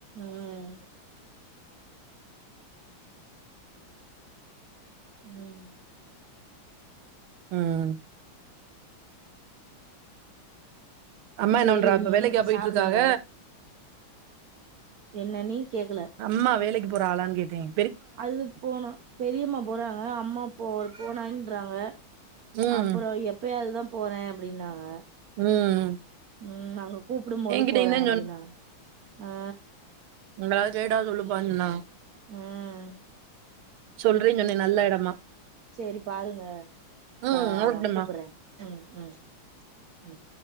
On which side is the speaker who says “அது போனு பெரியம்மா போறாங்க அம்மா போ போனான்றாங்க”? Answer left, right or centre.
Right